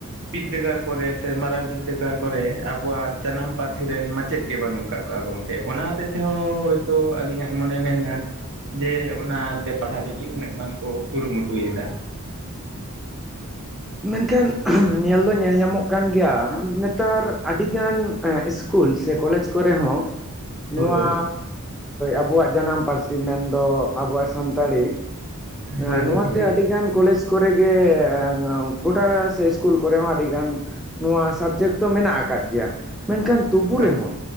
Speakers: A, on the right (about 60°); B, in the centre.
A: ᱵᱤᱫᱽᱫᱟᱹᱜᱟᱲ ᱠᱚᱨᱮ ᱥᱮ ᱢᱟᱨᱟᱝ ᱵᱤᱫᱽᱫᱟᱹᱜᱟᱲ ᱠᱚᱨᱮ ᱟᱵᱚᱣᱟᱜ ᱡᱟᱱᱟᱢ ᱯᱟᱨᱥᱤ ᱨᱮᱱ ᱢᱟᱪᱮᱫ ᱜᱮ ᱵᱟᱹᱱᱩᱜ ᱟᱠᱟᱫ ᱠᱚᱣᱟ ᱜᱚᱢᱠᱮ ᱚᱱᱟ ᱦᱚᱛᱮᱜ ᱛᱮᱦᱚᱸ ᱦᱳᱭᱛᱳ ᱟᱹᱞᱤᱧᱟᱜ ᱢᱚᱱᱮ ᱢᱮᱱᱫᱟ ᱡᱮ ᱚᱱᱟᱛᱮ ᱯᱟᱲᱦᱟᱜ ᱞᱟᱹᱜᱤᱫ ᱩᱱᱟᱹᱜ ᱵᱟᱝᱠᱚ ᱠᱩᱨᱩ ᱢᱩᱴᱩᱭᱮᱫᱟ᱾
B: ᱢᱮᱱᱠᱷᱟᱱ ᱧᱮᱞ ᱫᱚ ᱧᱮᱞ ᱧᱟᱢᱚᱜ ᱠᱟᱱ ᱜᱮᱭᱟ ᱱᱮᱛᱟᱨ ᱟᱹᱰᱤ ᱜᱟᱱ ᱤᱥᱼᱼ ᱥᱠᱩᱞ ᱥᱮ ᱠᱚᱞᱮᱡᱽ ᱠᱚᱨᱮ ᱦᱚᱸ ᱱᱚᱣᱟ
A: ᱦᱳᱭ ᱦᱳᱭ
B: ᱟᱵᱚᱣᱟᱜ ᱡᱟᱱᱟᱢ ᱯᱟᱹᱨᱥᱤ ᱢᱮᱱᱫᱚ ᱟᱵᱚᱣᱟᱜ ᱥᱟᱱᱛᱟᱲᱤ ᱦᱸ
A: ᱦᱳᱭ ᱦᱳᱭ
B: ᱱᱚᱣᱟᱛᱮ
A: ᱦᱳᱭ
B: ᱟᱹᱰᱤᱜᱟᱱ ᱠᱚᱞᱮᱡᱽ ᱠᱚᱨᱮᱜ ᱜᱮ ᱜᱳᱴᱟ ᱥᱮ ᱤᱥᱠᱩᱞ ᱠᱚᱨᱮ ᱦᱚᱸ ᱟᱹᱰᱤᱜᱟᱱ ᱱᱚᱣᱟ ᱥᱟᱵᱡᱮᱴ ᱫᱚ ᱢᱮᱱᱟᱜ ᱟᱠᱟᱫ ᱜᱮᱭᱟ ᱢᱮᱱᱠᱷᱟᱱ ᱛᱵᱩ ᱨᱮᱦᱚᱸ
A: ᱟᱪᱪᱷᱟ